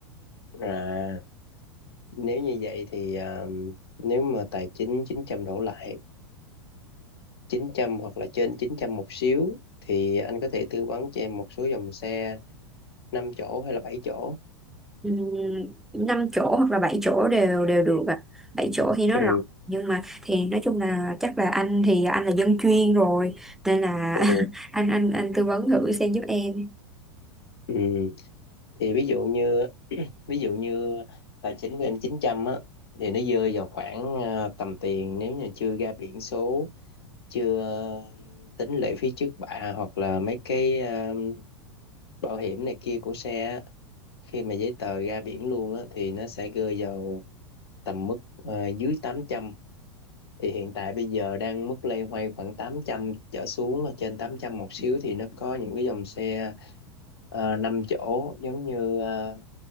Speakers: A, on the left; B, in the centre.
A: À nếu như vậy thì à, nếu mà tài chính 900 đổ lại 900 hoặc là trên 900 một xíu thì anh có thể tư vấn cho em một số dòng xe 5 chỗ hay là bảy chỗ.
B: Ừm, 5 chỗ hoặc là 7 chỗ đều đều được ạ. bảy chỗ thì nó
A: Ừ.
B: rộng nhưng mà thì nói chung là chắc là anh thì anh là dân chuyên rồi nên là
A: Ừ.
B: <laughs> anh anh anh tư vấn thử xem giúp em.
A: Ừ. Thì ví dụ như ví dụ như tài chính của em 900 á thì nó rơi vào khoảng à, tầm tiền nếu như chưa ra biển số, chưa tính lệ phí trước bạ hoặc là mấy cái à, bảo hiểm này kia của xe á. Khi mà giấy tờ ra biển luôn á thì nó sẽ rơi vào tầm mức ờ, dưới tám trăm thì hiện tại bây giờ đang mức loay hoay khoảng 800 trở xuống ở trên 800 một xíu thì nó có những cái dòng xe uh, 5 chỗ giống như ờ,